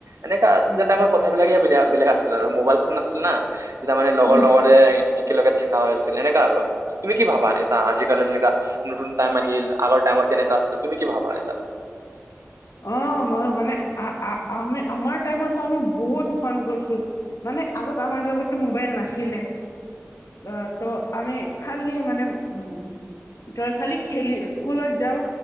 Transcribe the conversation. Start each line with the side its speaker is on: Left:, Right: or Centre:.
Right: এনেকা তেতিয়া
Left: উম
Right: টাইমৰ কথাবিলাকে বেলে বেলেগ আছিল আৰু মোবাইলখন নাছিল না <unintelligible> তাৰ মানে লগৰ
Left: উম
Right: লগৰে একেলগে থাকা হৈছিল এনেকে আৰু তুমি কি ভাবা এটা আজিকালি যেনেকা নতুন টাইম আহিল আগৰ টাইমৰ কেনেকা আছিল তুমি কি ভাবা এটা
Left: অ মই মানে আমি আমাৰ টাইমতো আমি বহুত ফোন কৰিছো মান মানে আগত আমাৰ লগতটো মোবাইল নাছিলে অ ত আমি খালি মানে উম তই খালি খেলি স্কুলত যাওঁ